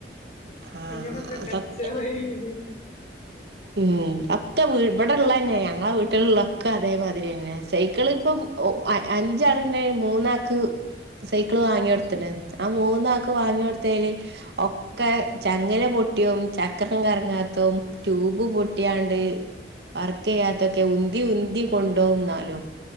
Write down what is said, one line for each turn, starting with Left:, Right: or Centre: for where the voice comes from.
Right: ആഹ്
Left: അങ്ങനൊക്കെ
Right: അതൊക്കെ
Left: കച്ചറെണ്.
Right: ഉം ഒക്കെ ഇവിടെള്ളന്നെ ഞങ്ങളെ വീട്ടിലിള്ള ക്കതെ മാതിരി തന്നെ. സൈക്കിള് ഇപ്പ അഞ്ചാള് ഇണ്ടേ മൂന്നാക്ക് സൈക്കിള് വാങ്ങിയോട്ത്തിന്.
Left: ഉം
Right: ആ മൂന്നാക്ക് വാങ്ങിയോട് തേന് ഒക്കെ ചങ്ങെല പൊട്ടിയും, ചക്കരം കറങ്ങാത്തും, ട്യൂബ് പൊട്ടിയാണ്ട് വർക്ക് ചെയ്യാത്തൊക്കെ ഉന്തി ഉന്തി കൊണ്ടോ ന്നാലും.